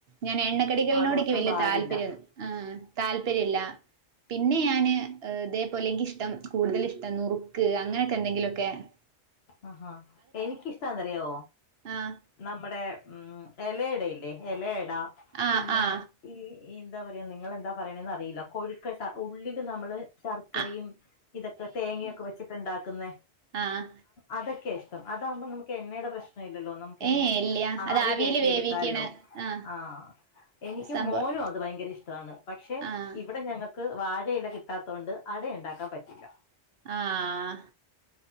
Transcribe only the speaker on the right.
ഞാൻ എണ്ണ ടികളിനോടക്ക്
വലിയ
താല്പര്യം ആ താല്പര്യം ഇല്ല പിന്നെ ഞാാന് ഇതേപോലെങ്ക ഇഷ്ടം കൂടുതല ഇഷ്ടം നുറുക്ക് അങ്ങനെയൊക്കെ എന്തെങ്കിലുംക്കെ <inaudible>
ആഹ്
ആഹ്
ആഹ്
ആഹ് അ
ആഹ
ഏഹ് ഇല്ല
അത് ആവിയിൽ
വേവിക്കണ ആഹ്
സംഭവം
ആഹ്
ആഹ്